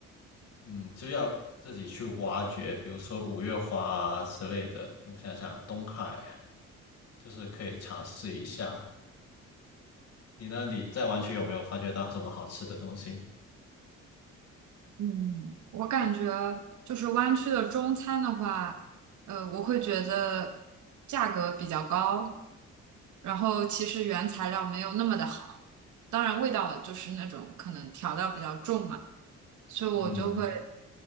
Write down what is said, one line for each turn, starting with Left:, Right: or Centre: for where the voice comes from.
Left: 嗯，就要自己去挖掘，比如说五月花啊之类的。我想想，东海啊就是可以尝试一下。你呢？你在湾区有没有发掘到什么好吃的东西？
Right: <laughs> 嗯，我感觉就是湾区的中餐的话，呃，我会觉得价格比较高，然后其实原材料没有那么的好，当然味道就是那种可能调料比较重嘛，所以我就会。
Left: 嗯。